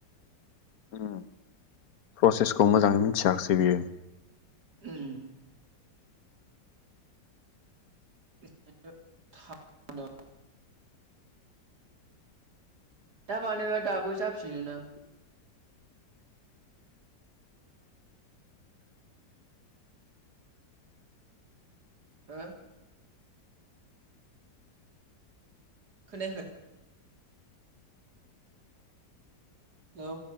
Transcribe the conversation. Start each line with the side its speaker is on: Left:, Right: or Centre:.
Left: उम प्रसेसखौ मोजाङै मिनथियाखैसै बियो।
Right: उम। <unintelligible> दा बानाबा दाबो जाफिनो दां? ओ? खोनायाखै? हेल'।